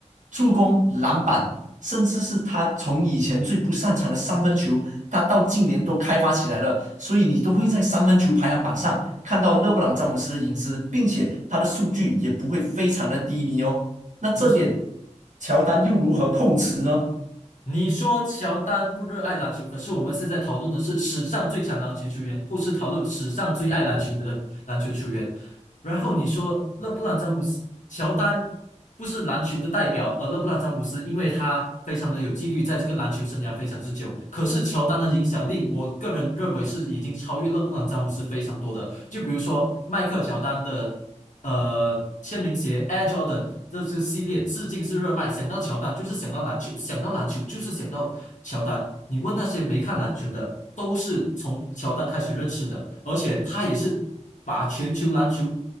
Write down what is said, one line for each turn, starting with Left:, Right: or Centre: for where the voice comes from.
Right: 助攻、篮板，甚至是他从以前最不擅长的三分球，他到近年都开发起来了，所以你都会在三分球排行榜上看到勒布朗詹姆斯的隐私，并且他的数据也不会非常的低迷哦。那这点
Left: 你
Right: 乔丹又如何碰瓷呢？
Left: 你说乔丹不热爱篮球，可是我们现在讨论的是史上最强篮球球员，不是讨论史上最爱篮球的篮球球员。然后你说勒布朗詹姆斯、乔丹不是篮球的代表，而勒布朗詹姆斯因为他非常的有纪律，在这个篮球生涯非常之久。可是乔丹的影响力，我个人认为是已经超越勒布朗詹姆斯非常多的。就比如说迈克尔乔丹的呃签名鞋 Air Jordan 这这系列，至今是热卖。想到乔丹就是想到篮球，想到篮球就是想到乔丹。你问那些没看篮球的。都是从乔丹开始认识的，而且他也是把全球篮球、